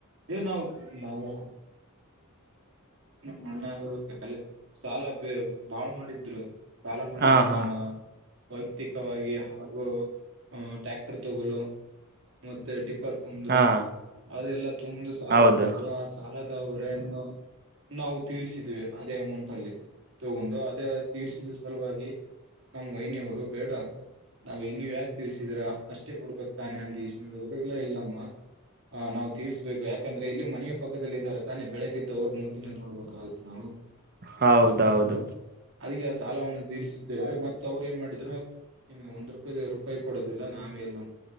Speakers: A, on the right; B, on the right.
A: ಏ ನಾವು ನಾವು ಮಣ್ಣ ಅವರು ಸಾಲ ಬಾಳ್ ಮಾಡಿದ್ರು. ಸಾಲ ಮಾಡಿದ್ರು
B: ಹಾ ಹಾ
A: ತಮ್ಮ ವೈಯಕ್ತಿಕವಾಗಿ ಹಾಗೂ ಟ್ಯಾಕ್. ತಗ ಮತ್ತೆ ಟಿಪ್ಪರ್ ತಂದ್ರು
B: ಹಾ
A: ಅದೆಲ್ಲ ಮುಂದು ಸಾಲ
B: ಹೌದು
A: ಮಾಡಿದ್ರು ಆ ಸಾಲದ ಹೊರೇನು ನಾವು ತೀರ್ರಿಸಿದ್ವಿ ಅದೇ ಅಮೌಂಟ್ ಅಲ್ಲಿ ತಗೊಂಡು ಅದೇ ತೀರ್ರಿಸಿದ ಸಲುವಾಗಿ ನಮ್ಮಯನವರು ಬೇಡ ನಾವು ಇ ನೀವ್ ಯಾಕೆ ತಿರ್ರಿಸಿದ್ರ ಅಷ್ಟೇ ಬಿಡ್ಬೇಕಕ್ ತಾನೆ ಅಂದಷ್ಟಿದ್ರ ಇಲ್ಲ ಇಲ್ಲಮ್ಮ ಹಾ ನಾವ್ ತರ್ಸ್್ಬೇಕು ಯಾಕಂದ್ರೆ ಇಲ್ಲಿ ಮನೆಯ ಪಕ್ಕದದಲ್ಲಿ ಇದ್ದಾರೆ ತಾನೆ ಬೆಳಗ್ಿದ್ದ ಅವ್ರು ಮೂವತಿನ ನೋಡ್ಬು ಆ
B: ಹೌದೌದು
A: ಅದಕ್ಕೆಸ ಸಾಲವನ್ನು ತೀರಿಸಿದ್ದೇವೆ ಮ ಅವ್್ರ ಏನ್ ಮಾಡಿದ್ರು ನಿಮ್ಗೆ ಒಂದ್ೂಾಯಿ ರೂಪಾಯಿ ಕೊಡೋದಿಲ್ಲ ನಾವ ಎಲ್ಲ